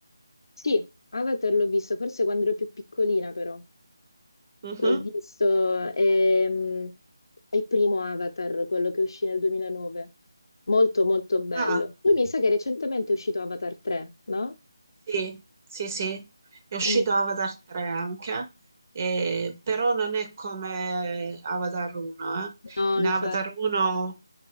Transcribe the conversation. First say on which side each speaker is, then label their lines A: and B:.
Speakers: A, on the left; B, on the right.
A: Sì, Avatar l'ho visto, forse quando ero più piccolina però.
B: Mhm.
A: L'ho visto, ehm, il primo Avatar, quello che uscì nel 2009. Molto, molto bello.
B: Ah.
A: Poi mi sa che recentemente è uscito Avatar 3, no?
B: Sì, sì, sì, è uscito
A: Mm.
B: Avatar 3 anche, eh, però non è come Avatar 1. eh.
A: No,
B: In
A: infatti,
B: Avatar 1